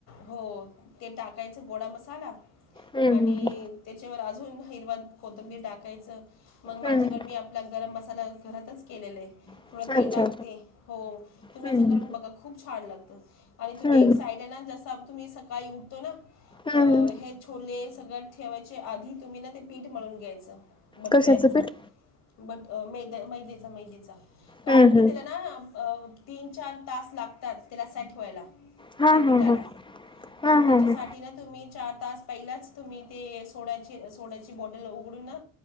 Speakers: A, on the left (about 75°); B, on the left (about 15°).
A: हो ते टाकायच, गोडा मसाला
B: हम्म
A: आणि
B: हम्म
A: त्याच्यावर अजून हिरवा कोथंबीर टाकायचं मग माझ्याकडे
B: हम्म
A: मी आपला गरम मसाला घरातच केलेला आहे
B: अच्छा
A: थोडं ते
B: अच्छा
A: टाकते हो तुम्ही
B: हम्म
A: असं करून बघा खूप छान लागतं आणि तुम्ही
B: हम्म
A: एक साइड ना जसा तुम्ही सकाळी उठतो ना
B: हम्म
A: तर हे छोले सगळं ठेवायचे आधी तुम्ही ना ते पीठ म्हणून घ्यायचं बठुऱ्यांचा
B: कशाचं पीठ
A: बट मैद्याचा मैद्याचा कारण
B: हम्म
A: की
B: हम्म
A: त्याला ना तीन चार तास लागतात त्याला सेट व्हायला
B: हा
A: त्या पिठाला
B: हा हा हा
A: मग त्याच्यासाठी
B: हा हा
A: ना तुम्ही चार तास पहिलाच तुम्ही ते सोड्याचे सोड्याचे बॉटल उघडून ना